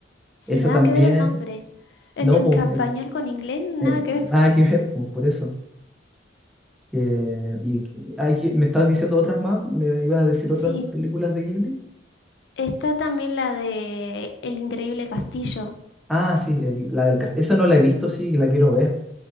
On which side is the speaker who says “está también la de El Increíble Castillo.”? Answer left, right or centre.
Left